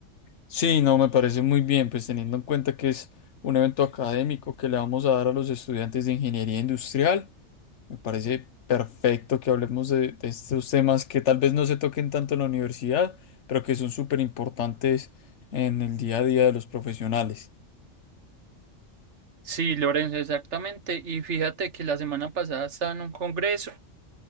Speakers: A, on the left (about 65°); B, on the right (about 65°).
A: Sí, no, me parece muy bien, pues teniendo en cuenta que es un evento académico que le vamos a dar a los estudiantes de ingeniería industrial. Me parece perfecto que hablemos de, de estos temas que tal vez no se toquen tanto en la universidad, pero que son súper importantes en el día a día de los profesionales.
B: Sí, Lorenzo, exactamente. Y fíjate que la semana pasada estaba en un congreso